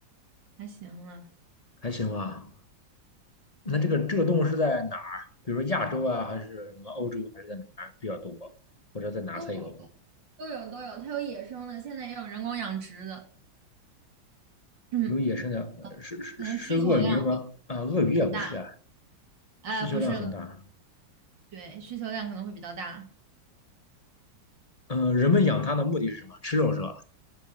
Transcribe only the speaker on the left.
还行吧？那这个这个动物是在哪儿？
比如说亚洲啊，还是什么欧洲，还是在哪儿比较多？或者在哪才有？
有野生的，呃是是是鳄鱼吗？
啊，鳄鱼也不是啊，
需求量很大。
嗯、呃人们养它的目的是什么？吃肉是吧？